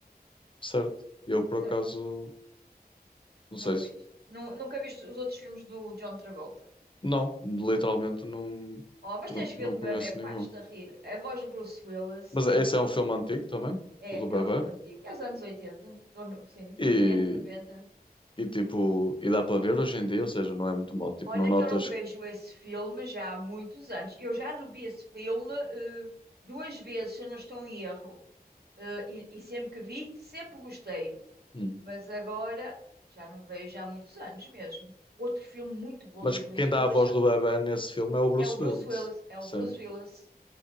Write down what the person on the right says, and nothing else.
certo.
Nunca
viste. Nu- Nunca viste os outros filmes do John Travolta.
Oh, mas
tens que
ver do
bebé
partes-te a rir. A voz do Bruce Willis.
É,
é,
é um filme antigo. É os anos oitenta Ou no- sim,
no oitenta noventa
Olha
que eu não vejo esse filme já há muitos anos. Eu já revi esse filme eh, duas vezes, se eu não estou em erro. Eh, e, e sempre que vi, sempre gostei.
Mas agora já não vejo há muitos anos mesmo. Outro filme muito bom
do Bruce
Willis,
sabe?
É o Bruce
Willis. É
o Bruce Willis.